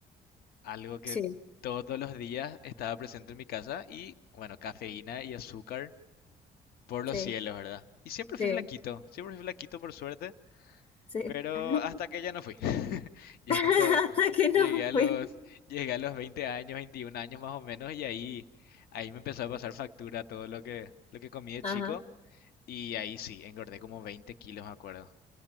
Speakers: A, on the left; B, on the left.
A: algo que
B: Sí,
A: todos los días estaba presente en mi casa y bueno, cafeína y azúcar. Por
B: sí,
A: los cielos, ¿verdad? Y siempre
B: sí,
A: fui flaquito, siempre fui flaquito por suerte,
B: sí.
A: pero
B: <laughs>
A: hasta que ya no fui. <laughs> Ya
B: Hasta
A: cuando
B: que no
A: llegué a
B: fui.
A: los, llegué a los 20 años, 21 años más o menos, y ahí, ahí me empezó a pasar factura todo lo que, lo que comí de
B: Ajá.
A: chico, y ahí sí, engordé como 20 kilos, me acuerdo.